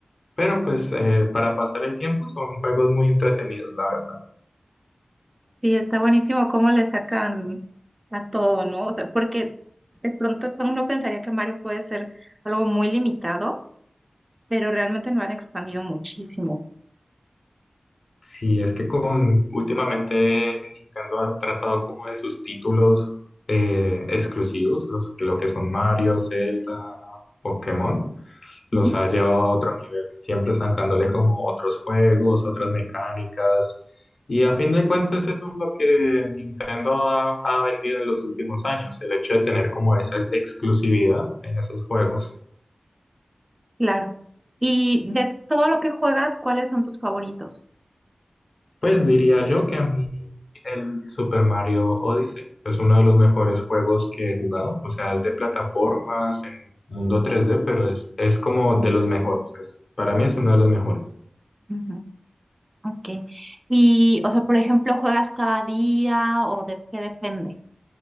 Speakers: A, on the left; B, on the right.
A: pero pues eh, para pasar el tiempo son juegos muy entretenidos, la verdad.
B: Sí, está buenísimo cómo le sacan a todo, ¿no? O sea, porque de pronto uno pensaría que Mario puede ser algo muy limitado, pero realmente lo han expandido muchísimo.
A: Sí, es que con últimamente Nintendo ha tratado como de sus títulos eh, exclusivos, los, lo que son Mario, Zelda, Pokémon, los
B: Ujú.
A: ha llevado a otro nivel, siempre sacándole como otros juegos, otras mecánicas. Y a fin de cuentas eso es lo que Nintendo ha, ha vendido en los últimos años, el hecho de tener como esa exclusividad en esos juegos.
B: Claro. Y de todo lo que juegas, ¿cuáles son tus favoritos?
A: Pues diría yo que a mí el Super Mario Odyssey es uno de los mejores juegos que he jugado. O sea, es de plataformas en mundo 3D, pero es, es como de los mejores. Es, para mí es uno de los mejores.
B: Ujú. Ok. Y, o sea, por ejemplo, ¿juegas cada día o de qué depende?